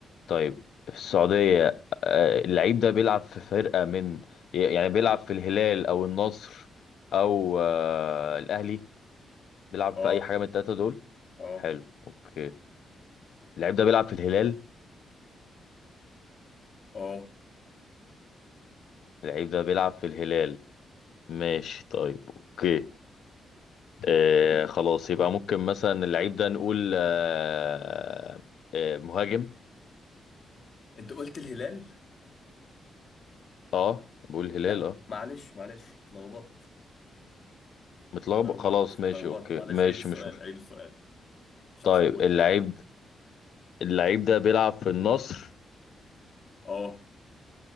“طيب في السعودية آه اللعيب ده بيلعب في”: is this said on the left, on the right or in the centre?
Left